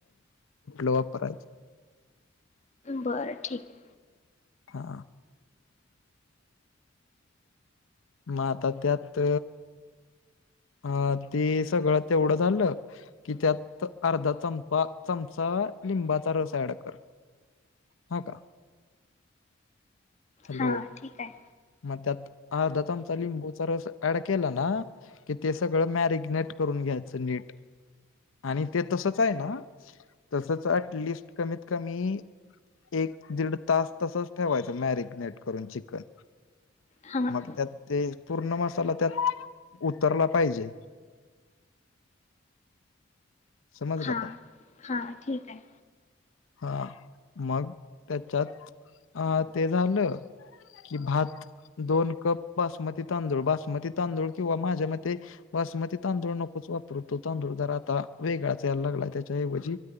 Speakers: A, on the left; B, on the left.
A: वापर
B: बर ठीक आहे
A: हा मग आता त्यात हा ते सगळं तेवढं झालं कि त्यात अर्धा चमचा लिंबाचा रस ऍड कर हा का हॅलो
B: हां ठीक आहे
A: मग त्यात अर्धा चमचा लिंबुचा रस ऍड केला कि ते सगळं मॅरीगनेट करून घायच नीट आणि ते तसेच आहे ना तसच अटलिस्ट कमीत कमी एक दीड तास तसेच ठेवायचं मेरीग ऍड करून चिकन
B: हां
A: मग त्यात ते पूर्ण मसाला त्यात उतरला पाहिजे समजलं
B: हा
A: का
B: हा ठीक आहे
A: हा मग त्याच्यात ते झालं कि भात दोन कप बासमती तांदूळ बासमती तांदूळ किंवा माझा मते बासमती तांदूळ नकोच वापरू तो तांदूळ जरा वेगळाच यायला लागलाय त्याचा ऐवजी